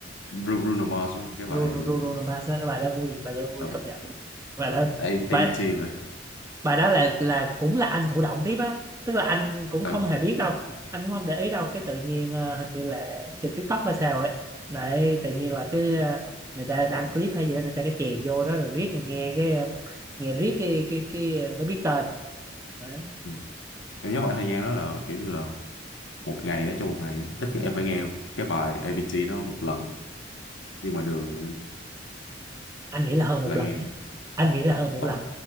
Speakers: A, on the left; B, on the right.
A: Bru- Bruno Mars đúng không? cái bài
B: Ru- Ru- Bruno Mars á, bài đó vui bài đó vui
A: ờ
B: công nhận bài đó
A: A-
B: bài
A: ABT vậy
B: bài đó là là cũng là anh thụ động tiếp á tức là anh cũng
A: ờ
B: không hề biết đâu anh cũng không để ý đâu cái tự nhiên ờ, hình như là trên TikTok hay sao ấy đấy tự nhiên là cái ờ, người ta đăng clip hay gì đó người ta cái chèn vô đó rồi riết rồi nghe cái ờ, nghe riết cái cái cái ờ, mới biết tên đấy
A: ừ. em nhớ khoảng thời gian đó là kiểu như là một ngày á trong một ngày á, ít nhất em phải nghe cái bài A ABT đó một lần đi ngoài đường
B: anh nghĩ là hơn một
A: là
B: lần
A: nghe
B: đấy anh nghĩ là hơn một
A: ồ
B: lần